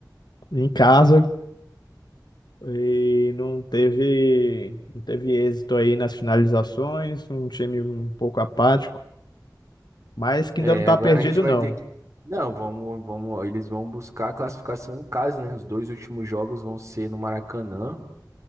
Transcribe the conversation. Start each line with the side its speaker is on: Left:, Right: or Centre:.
Left: em casa E não teve, não teve êxito aí nas finalizações, um time um pouco apático, mas que
Right: É,
Left: ainda não tá
Right: agora
Left: perdido,
Right: a gente vai
Left: não.
Right: ter que. Não, vamos, vamos. Eles vão buscar a classificação em casa, né? Os dois últimos jogos vão ser no Maracanã.